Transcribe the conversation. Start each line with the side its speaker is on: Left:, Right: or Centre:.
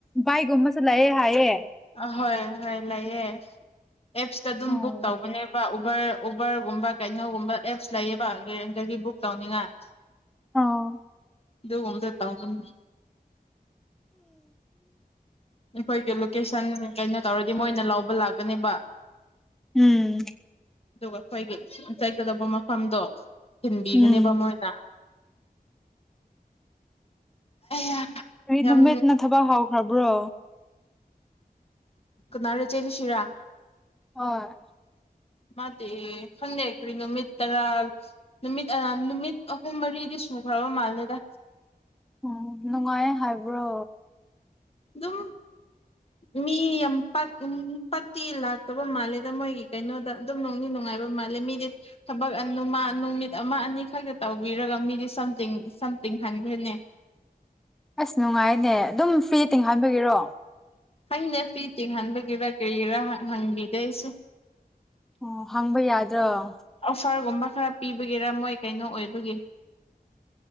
Centre: ꯥꯏꯒꯨꯝꯃꯁ ꯂꯩꯑꯌꯦ ꯍꯥꯏꯌꯦꯑꯌꯦ
Left: ꯑ ꯍꯣꯏ ꯍꯣꯏ ꯂꯩꯥꯏꯌꯦ ꯑꯦꯞꯁꯇ ꯑꯗꯨꯝ
Centre: ꯑꯣ
Left: ꯕꯨꯛ ꯇꯧꯕꯅꯦꯕ ꯎꯕꯔ ꯎꯕꯔꯒꯨꯝꯕ ꯀꯩꯅꯣꯒꯨꯝꯕ ꯑꯦꯞꯁ ꯂꯩꯌꯦꯕ ꯗꯒꯤ ꯕꯨꯛ ꯇꯧꯅꯤꯡꯉꯥꯏ
Centre: ꯎꯝ
Left: ꯗꯨ ꯒꯨꯝꯕꯗꫭ ꯇꯥꯎꯖꯟ ꯑꯩꯈꯣꯏꯒꯤ ꯂꯣꯀꯦꯁꯟ ꯀꯩꯅꯣ ꯇꯧꯔꯗꯤ ꯃꯣꯏꯅ ꯂꯧꯕ ꯂꯥꯛ ꯀꯅꯦꯕꯥ
Centre: ꯎꯝ
Left: ꯑꯗꯨꯒ ꯑꯩꯈꯣꯏꯒꯤ ꯆꯩꯠ ꯀꯗꯕ ꯃꯐꯝꯗꯣ ꯊꯤꯟꯕꯤꯒꯅꯦꯕ
Centre: ꯎꯝ
Left: ꯃꯣꯏꯅ ꯑꯌꯥ
Centre: ꯀꯔꯤ
Left: ꯌꯥꯝ
Centre: ꯅꯨꯃꯤꯠꯅ ꯊꯕꯛ ꯍꯥꯥꯎ ꯈꯔ ꯕ꯭ꯔꯣ
Left: ꯀꯅꯥꯔ ꯆꯦ ꯂꯨꯁꯤꯔꯥ
Centre: ꯍꫭꯏ
Left: ꯃꯥꯗꯤ ꯈꯪꯗꯦ ꯀꯔꯤ ꯅꯨꯃꯤꯠ ꯇꯔꯥ ꯅꯨꯃꯤꯠ ꯑꯥ ꯅꯨꯃꯤꯠ ꯑꯍꯨꯝ ꯃꯔꯤꯗꯤ ꯁꯨꯈ꯭ꯔꯕ ꯃꯥꯜꯂꯦꯗ
Centre: ꯑꯣ ꯅꯨꯡꯉꯥꯏꯌꯦ ꯍꯥꯏꯕ꯭ꯔꯣ
Left: ꯗꯨꯝ ꯃꯤ ꯌꯥꯝ ꯄꯥꯛ ꯎꯝ ꯄꯥꯛꯇꯤ ꯂꯥꯛꯇꯕ ꯃꯥꯜꯂꯦꯗ ꯃꯣꯏꯒꯤ ꯀꯩꯅꯣꯗ ꯑꯗꯨꯝ ꯅꯨꯡꯗꯤ ꯅꯨꯡꯉꯥꯏꯕ ꯃꯥꯜꯂꯦ ꯃꯤꯗꯤ ꯊꯕꯛ ꯑ ꯅꯨ ꯃꯥ ꯅꯨꯃꯤꯠ ꯑꯃ ꯑꯅꯤ ꯈꯛꯇ ꯇꯧꯕꯤꯔꯒ ꯃꯤꯗꯤ ꯁꯝꯊꯤꯡ ꯁꯝꯊꯤꯡ ꯍꯟꯗ꯭ꯔꯦꯠꯅꯦ
Centre: ꯑꯁ ꯅꯨꯡꯉꯥꯏꯅꯦ ꯑꯗꯨꯝ ꯐ꯭ꯔꯤꯇꯤꯡ ꯍꯥꯟꯕꯒꯤꯔꯣ
Left: ꯈꯪꯗꯦ ꯐꯤ ꯇꯤꯡꯍꯟꯕꯒꯤꯔ ꯀꯔꯤꯒꯤꯔꯥ ꯍꯪꯕꯤꯗꯦ ꯑꯩꯁꯨ
Centre: ꯑꯣ ꯍꯪꯕ ꯌꯥꯗ ꯗ꯭ꯔꫭ
Left: ꯐꯥꯔꯒꯨꯝꯕ ꯈꯔ ꯄꯤꯕꯒꯤꯔꯥ ꯃꯣꯏ ꯀꯩꯅꯣ ꯑꯣꯏꯕꯒꯤ